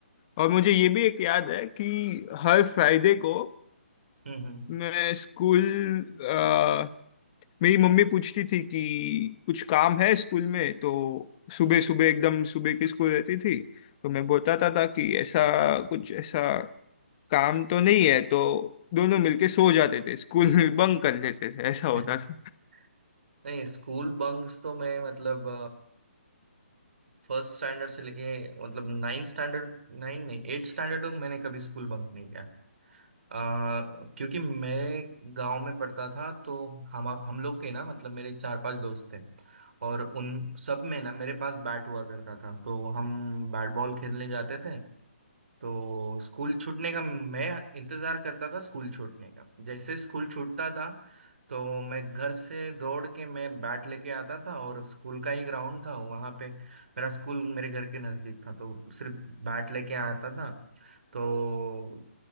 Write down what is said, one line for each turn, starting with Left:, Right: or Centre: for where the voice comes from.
Left: और मुझे ये भी एक याद है कि हर फ्राइडे को
Right: हम्म
Left: मैं स्कूल अ, मेरी मम्मी पूछती थी कि कुछ काम है स्कूल में तो सुबह सुबह एकदम सुबह की स्कूल रहती थी तो मैं बताता था कि ऐसा कुछ ऐसा काम तो नहीं है तो दोनों मिलके सो जाते थे स्कूल <laughs> में बंक कर लेते थे ऐसा होता
Right: हम्म।
Left: था
Right: <laughs> नहीं स्कूल बंक्स तो मैं मतलब फर्स्ट स्टैंडर्ड से लेके मतलब नाइन्थ स्टैंडर्ड नाइन नहीं एट स्टैंडर्ड तक मैंने कभी स्कूल बंक नहीं किया अ, क्योंकि मैं गांव में पढ़ता था तो हम हम लोग के ना मतलब मेरे चार पांच दोस्त थे और उन सब में ना मेरे पास बैट हुआ करता था तो हम बैट बॉल खेलने जाते थे तो स्कूल छूटने का मैं इंतजार करता था स्कूल छूटने का जैसे स्कूल छूटता था तो मैं घर से दौड़ के मैं बैट लेके आता था और स्कूल का ही ग्राउंड था वहाँ पे मेरा स्कूल मेरे घर के नज़दीक था तो सिर्फ बैट लेके आता था तो